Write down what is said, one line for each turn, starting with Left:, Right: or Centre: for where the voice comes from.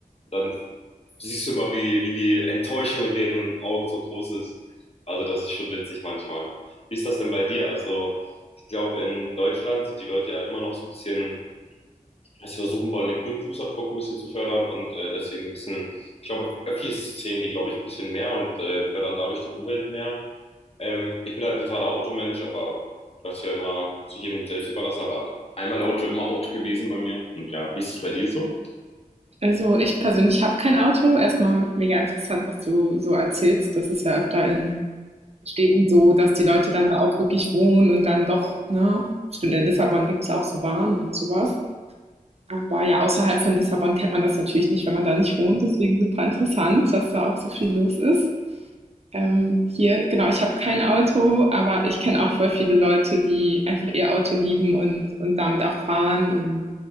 Left: Dann siehst du immer, wie, wie die Enttäuschung in deren Augen so groß ist. Also das ist schon witzig manchmal. Wie ist das denn bei dir? Also ich glaube, in Deutschland sind die Leute ja immer noch so ein bisschen also versuchen wollen, den grünen Fußabdruck ein bisschen zu fördern und äh, deswegen so ein bisschen, ich glaube, Öffis zählen die, glaube ich, ein bisschen mehr und äh, fördern dadurch die Umwelt mehr. Ähm, ich bin halt ein totaler Automensch, aber das ist ja immer zu jedem selbst überlassen, aber einmal Auto, immer Auto gewesen bei mir. Und ja, wie ist es bei dir so?
Right: Also ich persönlich habe kein Auto. Erstmal mega interessant, was du so erzählst. Das ist ja öfter in Städten so, dass die Leute dann da auch wirklich wohnen und dann doch, ne? Stimmt, in Lissabon gibt es ja auch so Bahnen und sowas. Aber ja, außerhalb von Lissabon kennt man das natürlich nicht, wenn man da nicht wohnt. Deswegen super interessant, dass da auch so viel los ist. Ähm, hier, genau, ich habe kein Auto, aber ich kenne auch voll viele Leute, die einfach ihr Auto lieben und, und damit auch fahren und